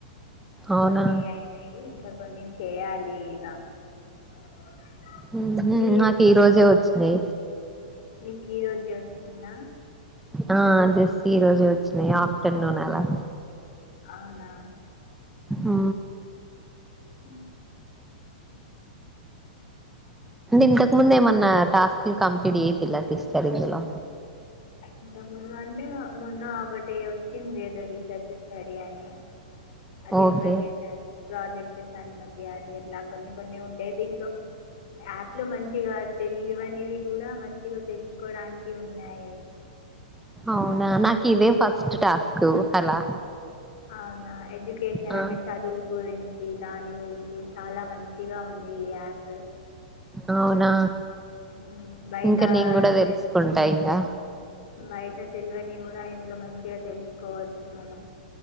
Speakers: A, in the centre; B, on the left.
A: అవునా
B: కొన్ని అయినాయి ఇంకా కొన్ని చేయాలి ఇగ <unintelligible>
A: మ్మ్ మ్మ్
B: మీ
A: నాకు ఈ రోజే వచ్చింది
B: మీకీ వచ్ కి వచ్చిందా
A: ఆ అదే ఈ రోజు వచ్చినాయి ఆఫ్టర్నూన్ అలా
B: అవునా
A: ఆ
B: అ
A: ఇంతకు ముందు ఏమన్నా టాస్క్లు కంప్లీట్ చేసిలా సిస్టర్ ఇందులో
B: ఇంతముందు అంటే మొన్న ఒక ఒకటి వచ్చింది ఏదో రీసెర్చ్ స్టడీ అని అది
A: ఓకే
B: ఒకటి చేసాను ప్రాజెక్ట్సా అను మతి అది ఎట్లా కొన్ని కొన్ని ఉండే దీంట్లో యాప్లు మంచిగా తెలియవ అనేవి కూడా మంచిగా తెలుసు కోవడానికి ఉంది నాయి
A: అవునా నా కవ ఫస్ట్ టాస్క్ అలా
B: అవునా ఎడ్యుకేషన్
A: ఆ
B: అంటే చదువు గురించి దాని గురించి చాలా మంచిగా ఉంది ఈ యాప్
A: అవునా
B: హ్మ్. బయట
A: ఇంకా నేను కూడా తెలుసుకుంటా
B: తె
A: ఇంకా
B: బయట తెలివని కూడా ఇందులో మంచిగా తెలుసుకోవచ్చు మనం